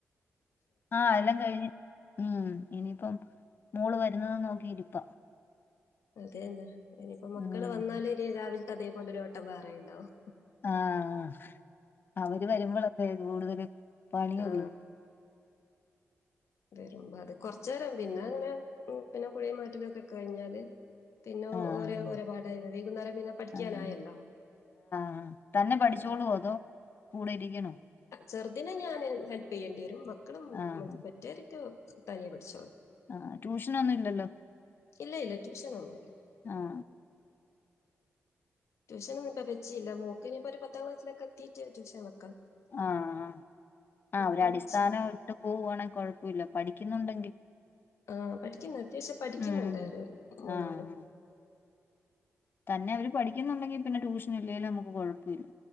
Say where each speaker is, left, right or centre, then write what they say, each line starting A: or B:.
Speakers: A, on the left; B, on the left.
A: ആഹ് എല്ലാം കഴിഞ്ഞ് ഉം ഇനിയിപ്പം മോള് വെ രുന്നതുനോക്കിയിരിപ്പ.
B: അതെയെന്നെ ഇനിയിപ്പൊ മക്കള്
A: ഉം
B: വന്നാല് ഇനി രാവിലത്തെ അതേപോലൊരോട്ടം വേറെയിണ്ടാവും.
A: ആഹ് അവര് വരുമ്പൊളൊക്കെ കൂടുതല് പണിയുള്ളൂ.
B: ആ വെരുമ്പ അത് കൊറച്ചേരം പിന്നെ അങ്ങനെ പിന്നെ കുളിംമാറ്റലുവൊക്കെ കഴിഞ്ഞാല് പിന്നെ
A: ആഹ്
B: ഓരോ ഓരോ പാടായി വൈകുന്നേരം പിന്നെ പഠിക്കാനായല്ലോ.
A: ആഹ് ആഹ് തന്നെ പഠിച്ചോളുവൊ
B: ഇത്.
A: അതോ കൂടെ ഇരിക്കണോ.
B: ചെർദിനെ ഞാന് ഹെൽപ്പിയ്യണ്ടിരും മക്കളും
A: ആഹ്
B: പറ്റീരക്കെ തനിയെ പഠിച്ചോളും.
A: ആഹ് ട്യൂഷനൊന്നും ഇല്ലല്ലോ
B: ഇല്ല ഇല്ല ട്യൂഷനൊന്നില്ല.
A: ആഹ്.
B: ട്ടൂഷൻ ഒന്നും വെച്ചില്ല മേൾക്ക് ഇനിപ്പോ പത്താം ക്ലാസ് എത്തിട്ട് ട്ടഷൻ വെ
A: ആഹ് ആഹ്
B: അപ്പൊ
A: ഒരടിസ്ഥാനം
B: വെച്ചില്ല
A: ഇട്ട് പോവുവാണെകൊഴപ്പില്ല പഠിക്കുന്നൊണ്ട
B: ആഹ് പഠിക്കുന്ന അത്യാശം പഠിക്കുന്നൊണ്ട്
A: ഉം
B: മൂന്നാളും.
A: ആഹ് തന്നെ അവര് പഠിക്ക- ക്കുന്നൊണ്ടെങ്കി പിന്നെ ട്യൂഷനില്ലേലും മ്മക്ക് കൊഴപ്പവില്ല